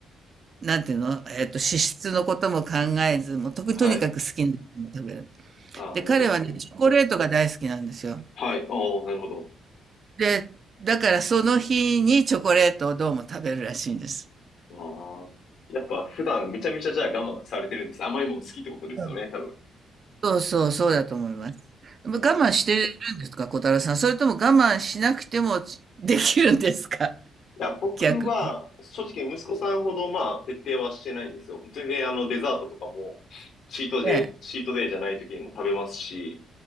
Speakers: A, on the right; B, on the left.
A: なんていうの、えっと、脂質のことも考えず、もうと、とにかく好きなものを食べる。
B: はい。ああ、
A: で、
B: いいですね。
A: 彼はね、チョコレートが大好きなんですよ。
B: はい。ああ、なるほど。
A: で、だからその日にチョコレートをどうも食べるらしいんです。
B: ああ。やっぱ普段めちゃめちゃじゃあ我慢されてるんです。甘いもの好きってことですよね、
A: うん。
B: 多分。
A: そうそう、そうだと思います。我慢してるんですか、
B: ええ
A: 小太郎さん。それとも我慢しなくてもちできるんですか
B: いや、僕は正直息子さんほどまあ徹底はしてないんですよ。
A: 逆に。
B: 全然あのデザートとかもチートデイ、
A: ええ。
B: チートデイじゃない時にも食べますし、